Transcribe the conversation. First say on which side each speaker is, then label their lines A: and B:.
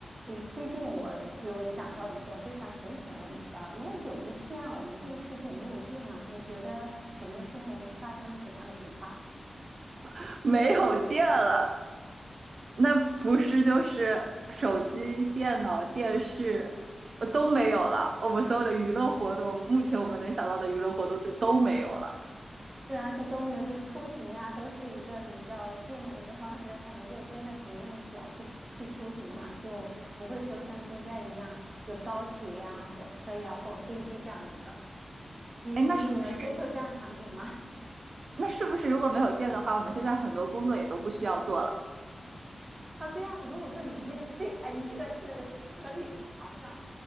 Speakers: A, on the right; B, on the right.
A: 诶，最近我有想到一个非常神奇的问题啊，如果有一天啊，我们这个世界没有电了，你觉得我们的生活会发生怎样的变化？
B: <laughs> 没有电了，那不是就是手机、电脑、电视呃都没有了。我们所有的娱乐活动，目前我们能想到的娱乐活动就都没有了。
A: 对啊，就都没有，就出行啊，都是一个比较艰难的一个方式，可能就真的只能用脚去去出行了，就不会说像现在一样有高铁呀、火车呀或飞机这样子的。你你你能接受这样场景吗？
B: 哎，那是不是？那是不是如果没有电的话，我们现在很多工作也都不需要做了？
A: 啊，对啊，如果说你依赖，<laughs> 对，哎，你这个是合理的想象。